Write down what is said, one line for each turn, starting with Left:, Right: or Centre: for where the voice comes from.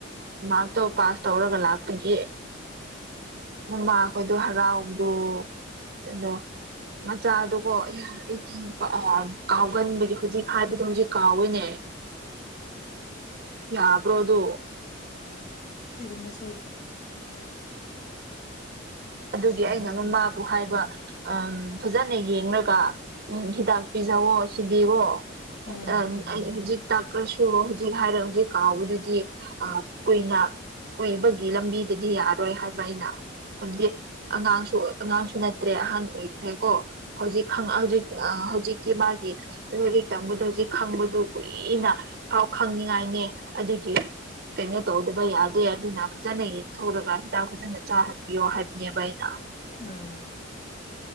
Right: ꯃꯥꯔꯛꯇꯣ ꯄꯥꯁ ꯇꯧꯔꯒ ꯂꯥꯛꯄꯒꯤ ꯃꯃꯥꯈꯣꯏꯗꯣ ꯍꯔꯥꯎꯕꯗꯣ ꯑꯗꯣ ꯃꯆꯥꯗꯨꯀꯣ ꯑꯩ ꯑꯩꯗꯤ ꯑꯥ ꯀꯥꯎꯒꯟꯕꯒꯤ ꯍꯧꯖꯤꯛ ꯍꯥꯏꯕꯗꯣ ꯍꯧꯖꯤꯛ ꯀꯥꯎꯋꯤꯅꯦ ꯌꯥꯕ꯭ꯔꯣ ꯑꯗꯨ
Left: ꯁꯤꯃꯤꯟꯅꯁꯦ
Right: ꯑꯗꯨꯒꯤ
Left: ꯇꯨꯏꯁꯟ
Right: ꯑꯩꯅ
Left: ꯂꯧꯕꯁꯦ
Right: ꯃꯕꯨ ꯍꯥꯏꯕ
Left: ꯋꯥꯕ
Right: ꯑꯝ ꯐꯖꯅ ꯌꯦꯡꯂꯒ ꯎꯝ ꯍꯤꯗꯥꯛ ꯄꯤꯖꯧꯋꯣ ꯁꯤꯗꯤꯒꯣ
Left: ꯑꯗꯨꯅ
Right: ꯑꯥ ꯑꯩ ꯍꯧꯖꯤꯛ ꯇꯥꯛ ꯀꯩꯁꯨ ꯍꯧꯖꯤꯛ ꯍꯥꯏꯔ ꯍꯧꯖꯤꯛ ꯀꯥꯎꯕꯗꯨꯗꯤ ꯑꯥ ꯀꯨꯏꯅ ꯀꯨꯏꯕꯒꯤ ꯂꯝꯕꯤꯗꯗꯤ ꯌꯥꯔꯣꯏ ꯍꯥꯏꯕ ꯑꯩꯅ ꯍꯥꯏꯕꯗꯤ ꯑꯉꯥꯡꯁꯨ ꯑꯉꯥꯡꯁꯨ ꯅꯠꯇ꯭ꯔꯦ ꯑꯍꯟ ꯑꯣꯏꯈ꯭ꯔꯦ ꯀꯣ ꯍꯧꯖꯤꯛ ꯍꯧꯖꯤꯛ ꯑꯥ ꯍꯧꯖꯤꯛꯇꯤ ꯃꯥꯒꯤ ꯂꯥꯏꯔꯤꯛ ꯇꯝꯕꯗꯣ ꯍꯧꯖꯤꯛ ꯈꯪꯕꯗꯨ ꯀꯨꯏꯅ ꯐꯥꯎ ꯈꯪꯅꯤꯡꯉꯥꯏꯅꯤ ꯑꯗꯨꯒꯤ ꯀꯩꯅꯣ ꯇꯧꯗꯕ ꯌꯥꯗꯦ ꯑꯗꯨꯅ ꯐꯖꯅ ꯌꯦꯛꯊꯣꯔꯒ ꯍꯤꯗꯥꯛ ꯐꯖꯅ ꯆꯥꯍꯟꯕꯤꯌꯣ ꯍꯥꯏꯕ ꯍꯥꯏꯕꯅꯦꯕ ꯑꯩꯅ
Left: ꯎꯝ